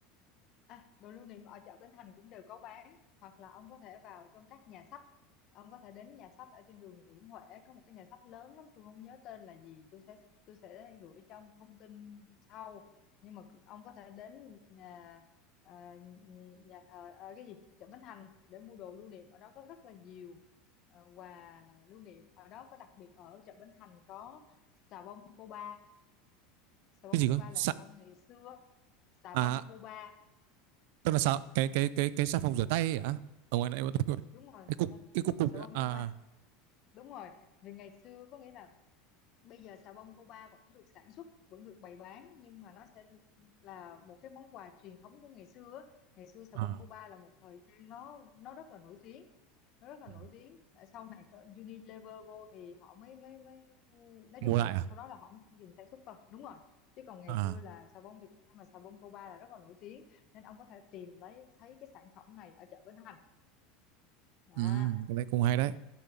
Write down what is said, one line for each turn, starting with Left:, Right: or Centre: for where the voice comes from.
Left: À, đồ lưu niệm ở chợ Bến Thành cũng đều có bán hoặc là ông có thể vào trong các nhà sách ông có thể đến nhà sách ở trên đường Nguyễn Huệ có một cái nhà sách lớn lắm tôi không nhớ tên là gì tôi sẽ tôi sẽ gửi trong thông tin sau nhưng mà ông có thể đến nhà à, nhà thờ à, cái gì chợ Bến Thành để mua đồ lưu niệm ở đó có rất là nhiều à, quà lưu niệm ở đó có đặc biệt ở chợ Bến Thành có xà bông Cô Ba xà bông
Right: cái gì cơ
Left: Cô Ba
Right: Sa
Left: là xà bông ngày xưa xà
Right: à
Left: bông Cô Ba
Right: tức là sao cái cái cái cái xà phòng rửa tay ấy hả ở ngoài này vẫn cái
Left: đúng rồi xà
Right: cục
Left: bông
Right: cái cục cục
Left: xà
Right: đấy
Left: bông
Right: ạ.
Left: Cuba
Right: à
Left: đúng rồi vì ngày xưa có nghĩa là bây giờ xà bông Cuba vẫn được sản xuất vẫn được bày bán nhưng mà nó sẽ là một cái món quà truyền thống của ngày xưa á. ngày xưa xà
Right: à
Left: bông Cuba là một thời gian nó nó rất là nổi tiếng nó rất là
Right: ừ.
Left: nổi tiếng Tại sau này có Unilever vô thì họ mới mới mới nói
Right: mua
Left: chung là
Right: lại à
Left: sau đó là họ mới không dừng sản xuất thôi đúng rồi chứ còn ngày
Right: à
Left: xưa là xà bông Việt Nam mà xà bông Cuba là rất là nổi tiếng nên ông có thể tìm lấy thấy cái sản phẩm này ở chợ Bến Thành đó.
Right: ừ, cái này cũng hay đấy